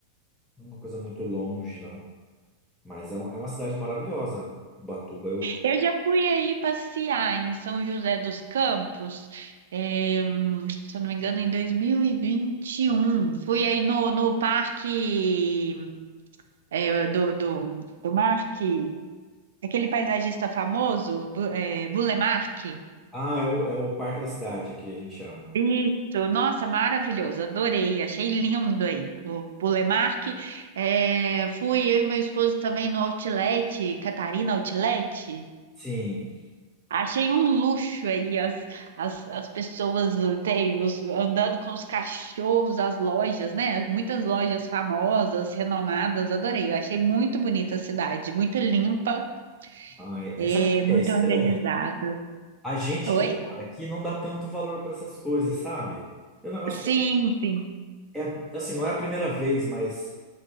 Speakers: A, in the centre; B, on the right.
A: não é uma coisa muito longe, não. Mas é, um- é uma cidade maravilhosa, Ubatuba. Eu,
B: Eu já fui aí passear em São José dos Campos, é, hum, se eu não me engano, em 2021. Fui aí no, no parque é, do, do, do Marque, aquele paisagista famoso, Bu- é, Bulemarque.
A: ah, é o, é o Parque da Cidade aqui, a gente chama.
B: Isso, nossa, maravilhoso, adorei, achei lindo aí o Bulemarque. É, fui eu e meu esposo também no Outlet, Catarina Outlet,
A: Sim.
B: Achei um luxo aí as, as, as pessoas tem, os, andando com os cachorros, as lojas, né? Muitas lojas famosas, renomadas, adorei. Eu achei muito bonita a cidade, muito limpa,
A: Ai,
B: é,
A: é- sabe o que que
B: muito
A: é estranho?
B: organizada.
A: A gente
B: Oi?
A: que mora aqui não dá tanto valor para essas coisas, sabe? E O negócio
B: Sim, sim.
A: é, é- assim, não é a primeira vez, mas